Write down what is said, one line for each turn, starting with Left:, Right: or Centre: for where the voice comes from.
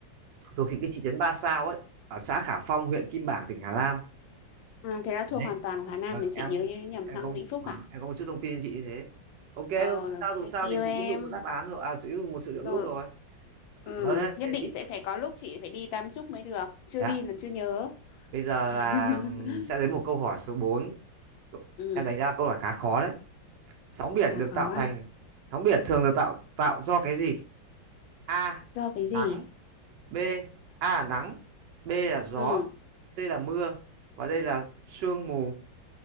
Right: thuộc thị cái thị trấn Ba Sao ấy ở xã Khả Phong, huyện Kim Bảng, tỉnh Hà Nam.
Left: À, thế là thuộc
Right: Đấy,
Left: hoàn toàn của Hà Nam
Right: vâng
Left: thì chị
Right: em
Left: nhớ nhầm sang
Right: em có
Left: Vĩnh Phúc
Right: vâng,
Left: à?
Right: em có một chút thông tin cho chị như thế. Ok thôi,
Left: Ờ,
Right: không sao dù
Left: thank
Right: sao
Left: you
Right: thì chị
Left: em.
Right: cũng được một đáp án rồi, à chị cũng được một sự
Left: rồi
Right: trợ giúp rồi.
Left: ừ,
Right: Vâng, thế
Left: nhất
Right: thế
Left: định
Right: chị.
Left: sẽ phải có lúc chị phải đi Tam Trúc mới được chưa
Right: Dạ,
Left: đi là chưa nhớ
Right: bây giờ
Left: <laughs>
Right: là ừm, sẽ đến một câu hỏi số bốn Cậu-
Left: ừ
Right: Em đánh ra câu hỏi khá khó đấy. Sóng biển
Left: hà
Right: được
Left: khó
Right: tạo thành
Left: à
Right: sóng biển thường được tạo tạo do cái gì? A
Left: do cái gì
Right: nắng B A là nắng B là gió
Left: ừ
Right: C là mưa và đây là sương mù